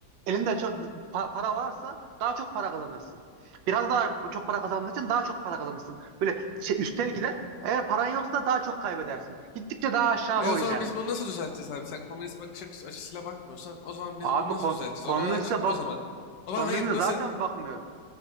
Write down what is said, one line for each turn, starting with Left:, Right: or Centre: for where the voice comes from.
Right: Elinde çok, pa- para varsa daha çok para kazanırsın. Biraz daha çok para kazandığın için daha çok para kazanırsın. Böyle şey üstel gider. Eğer paran yoksa da daha çok kaybedersin. Gittikçe daha aşağı
Left: E
Right: doğru
Left: o zaman
Right: inersin.
Left: biz bunu nasıl düzelteceğiz abi? Sen komünist bakış açı- açısıyla bakmıyorsan o zaman biz
Right: Abi
Left: bunu nasıl
Right: kom
Left: düzelteceğiz?
Right: komüniste
Left: Ona da açıkla
Right: bak
Left: o zaman. O zaman
Right: komünizme
Left: hayır nasıl?
Right: zaten bakmıyorum.